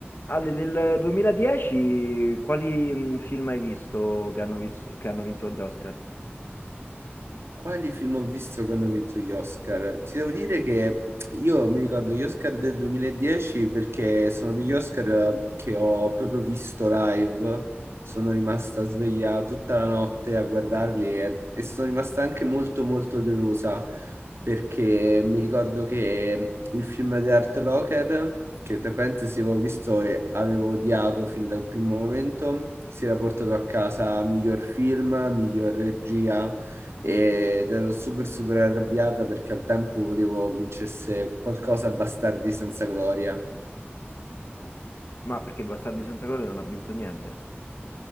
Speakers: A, on the left (about 55°); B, on the right (about 75°).
A: Ale, del 2010 quali mh, film hai visto che hanno, visto- che hanno vinto gli Oscar?
B: Quali film ho visto che hanno vinto gli Oscar? Ti devo dire che io mi ricordo gli Oscar del 2010 perché sono degli Oscar che ho proprio visto live, sono rimasta sveglia tutta la notte a guardarli e, e sono rimasta anche molto molto delusa perché mi ricordo che il film di Art Locker, che tra parentesi avevo visto e avevo odiato fin dal primo momento, si era portato a casa miglior film, miglior regia ed ero super super arrabbiata perché al tempo volevo vincesse qualcosa a Bastardi senza gloria.
A: Ma perché Bastardi senza gloria non ha vinto niente?